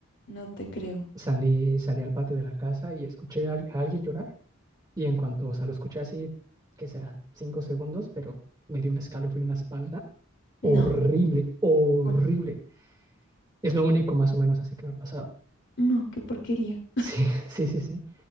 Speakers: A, on the left (about 55°); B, on the right (about 20°).
A: no te creo.
B: Salí, salí al patio de la casa y escuché a, al- a alguien llorar. Y en cuanto, o sea, lo escuché así, que será? Cinco segundos, pero me dio un escalofrío en la espalda. Horrible,
A: No.
B: horrible.
A: Oh,
B: Es lo único más o menos así que me ha pasado.
A: no, qué porquería.
B: Sí, <laughs> sí, sí, sí.